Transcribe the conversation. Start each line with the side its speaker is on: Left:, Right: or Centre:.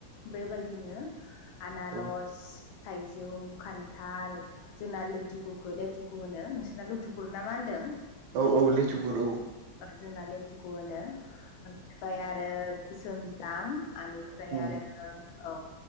Left: बेबायदिनो आनारस
Right: औ
Left: थाइजौ खान्थाल जोंना लेथुखु'खौ लेथुखु' होनो नोंसोरना लुथुखुर ना मा होनदों?
Right: औ औ लेथुगुर औ
Left: जोंना लेथुखौ होनो आमफ्राय आरो गोसोम फ्राय आंनिफ्राय
Right: बुं
Left: आरो औ